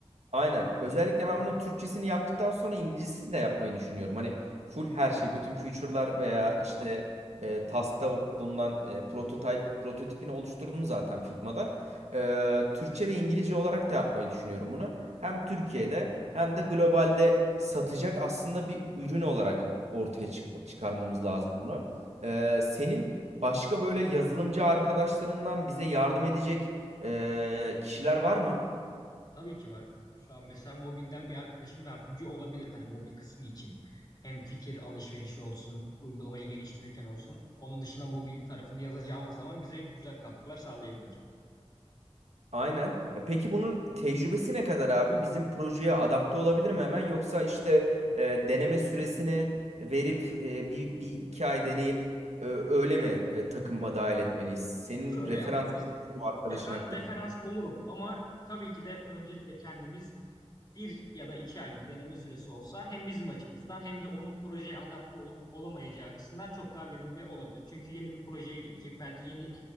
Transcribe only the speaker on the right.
Aynen. Özellikle ben bunun Türkçesini yaptıktan sonra İngilizcesini de yapmayı düşünüyorum. Hani full her şey, bütün feature'lar veya işte e, task'ta bulunan e, prototype, prototipini oluşturdum zaten Figma'da. E, Türkçe ve İngilizce olarak da yapmayı düşünüyorum bunu. Hem Türkiye'de hem de globalde satacak aslında bir ürün olarak ortaya çıkma, çıkarmamız
lazım bunu. E, senin başka böyle yazılımcı arkadaşlarından bize yardım edecek e, kişiler var mı?
Aynen. E, Peki bunun tecrübesi ne kadar abi? Bizim projeye adapte olabilir mi hemen? Yoksa işte e, deneme süresini verip e, bir, bir iki ay deneyip e, öyle mi e, takıma dahil etmeliyiz? Senin
referans
bu arkadaşın
hakkında.